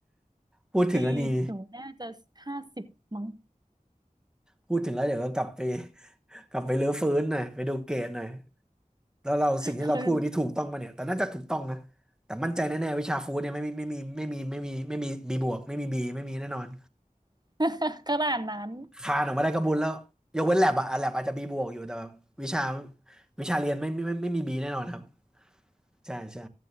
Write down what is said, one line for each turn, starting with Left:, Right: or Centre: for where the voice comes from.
Centre: พูดถึงแล้วนี่
Right: ปีหนูน่าจะห้าสิบมั้ง
Centre: พูดถึงแล้วเดี๋ยวก็กลับไป <laughs> กลับไปรื้อฟื้นหน่อยไปดูเกรดหน่อยแล้วเราสิ่งที่เราพูดวันนี้ถูกต้องปะเนี่ยแต่น่าจะถูกต้องนะ
Right: คือ
Centre: แต่มั่นใจแน่ๆวิชาฟู้ดเนี่ยไม่มีไม่มีไม่มีไม่มีไม่มีบีบวกไม่มีบีไม่มีแน่นอน
Right: <laughs> ขนาดนั้น
Centre: คานออกมาได้ก็บุญแล้วยกเว้นแลบอะแลบอาจจะบีบวกอยู่แต่แบบวิชาวิชาเรียนไม่ไม่ไม่ไม่มีบีแน่นอนครับใช่ใช่